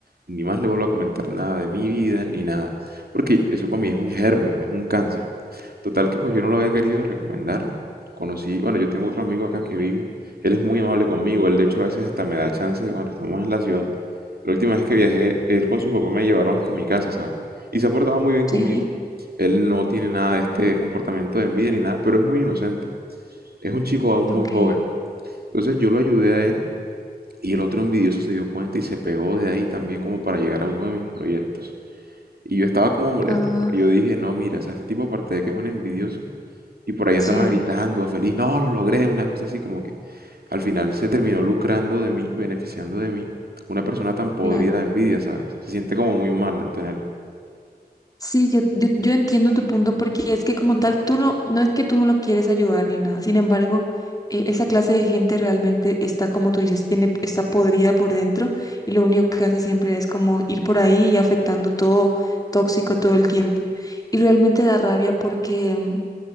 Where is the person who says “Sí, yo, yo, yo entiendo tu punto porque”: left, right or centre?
Left